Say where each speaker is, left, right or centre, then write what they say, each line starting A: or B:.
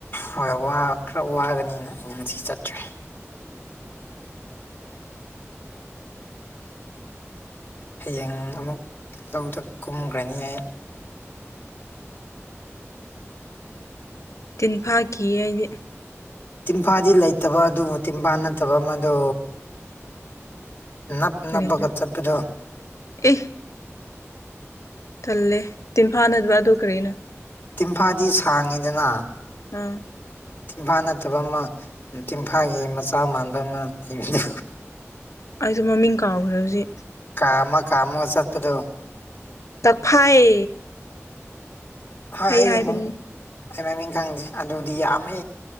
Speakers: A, on the left (about 40°); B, on the left (about 80°).
A: ꯍꯣꯏ ꯋꯥ ꯈꯔ ꯋꯥꯒꯅꯤꯅ ꯉꯁꯤ ꯆꯠꯇ꯭ꯔꯦ꯫ ꯍꯌꯦꯡ ꯑꯃꯨꯛ ꯂꯧꯗ ꯀꯨꯝꯒ꯭ꯔꯅꯤ ꯑꯩ꯫
B: ꯇꯤꯟꯐꯥ ꯀꯤꯌꯦ ꯑꯩꯗꯤ
A: ꯇꯤꯟꯐꯥꯗꯤ ꯂꯩꯇꯕ ꯑꯗꯨꯕꯨ ꯇꯤꯟꯐꯥ ꯅꯠꯇꯕ ꯑꯃꯗꯣ ꯅꯞ
B: ꯀꯔꯤꯔ
A: ꯅꯞꯄꯒ ꯆꯠꯄꯗꯣ
B: ꯑꯦ ꯇꯜꯂꯦ ꯇꯤꯟꯐꯥ ꯅꯠꯇꯕ ꯑꯗꯨ ꯀꯔꯤꯅꯣ
A: ꯇꯤꯟꯐꯥꯗꯤ ꯁꯥꯡꯉꯤꯗꯅ
B: ꯑꯥ
A: ꯇꯤꯟꯐꯥ ꯅꯠꯇꯕ ꯑꯃ ꯇꯤꯟꯐꯥꯒꯤ ꯃꯆꯥ ꯃꯥꯟꯕ ꯑꯃ ꯂꯩꯕꯗꯣ
B: ꯑꯩꯁꯨ ꯃꯃꯤꯡ ꯀꯥꯎꯈ꯭ꯔꯦ ꯍꯧꯖꯤꯛ
A: ꯀꯥꯝꯃ ꯀꯥꯝꯃꯒ ꯆꯠꯄꯗꯣ
B: ꯀꯥꯛꯐꯩ
A: ꯍꯣꯏ ꯑꯩꯗꯤ
B: ꯍꯥꯏꯕꯅꯤ
A: ꯃꯃꯤꯡ ꯑꯩ ꯃꯃꯤꯡ ꯈꯪꯗꯦ ꯑꯗꯨꯗꯤ ꯌꯥꯝꯃꯦ꯫